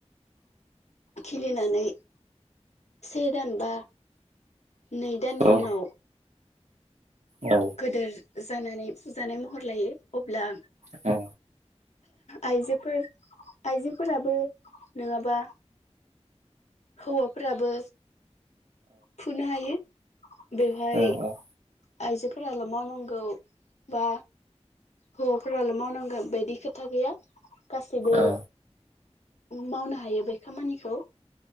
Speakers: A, on the left; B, on the right.
A: खिलिनानै से दान बा नै दानि
B: औ
A: उनाव
B: औ
A: गोदोर जानानै फुजानाय महर लायो अब्ला
B: औ।
A: आइजोफोर आइजोफोराबो नङाबा हौवाफोराबो फुनो हायो। बेवहाय
B: औ
A: आइजोफोराल' मावनांगौ बा हौवाफोराल' मावनांगोन बायदि खोथा गैया। गासिबो
B: औ
A: मावनो हायो बे खामानिखौ।